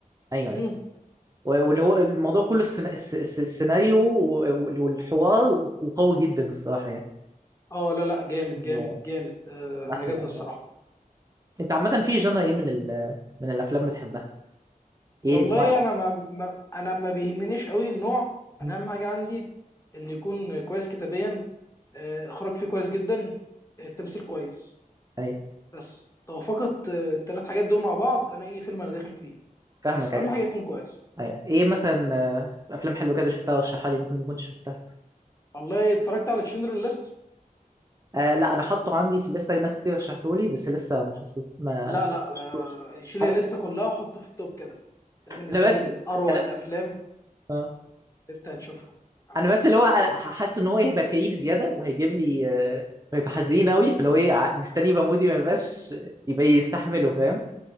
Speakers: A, on the right; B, on the left.
A: ايوه
B: مم.
A: ايوه و- واللي هو الموضوع كله السنا- الس- الس- السيناريو وال- والحوار وقوي جدا الصراحة يعني
B: اه لا لا جامد
A: فيلم
B: جامد جامد آه
A: من
B: انا
A: احسن
B: عجبني
A: الافلام
B: الصراحه
A: انت عامة في جنرا ايه من ال... من الافلام بتحبها؟
B: والله
A: ايه نوع
B: انا ما ما- انا ما بيهمنيش قوي النوع
A: الافلام؟
B: انا اهم حاجه عندي ان يكون كويس كتابيا آه، اخراج فيه كويس جدا آه، التمثيل كويس
A: اي
B: بس توافقت آه، الثلاث حاجات دول مع بعض انا اي فيلم انا داخل فيه
A: فاهمك
B: بس
A: ايوه
B: اهم حاجه يكون كويس
A: ايوه ايه مثلا آه، افلام حلوه كده شفتها ورشحها لي ممكن ما اكونش شفتها
B: والله اتفرجت على تشندرن ليست
A: آه لا انا حاطه عندي في الليسته ناس كتير رشحته لي بس لسه ما حسيت ما
B: لا
A: ما
B: لا
A: شفتوش
B: آه، شيل
A: انا
B: الليسته كلها وحطه في التوب كده ده بالنسبه
A: انا بس
B: لي من اروع
A: انا
B: الافلام
A: آه.
B: اللي انت هتشوفها عامه
A: انا بس اللي هو أنا حاسس ان هو إيه، هيبقى كئيب زياده وهيجيب لي آه، هيبقى حزين قوي فاللي هو ايه ع- مستني يبقى مودي ما يبقاش يبقى يستحمله فاهم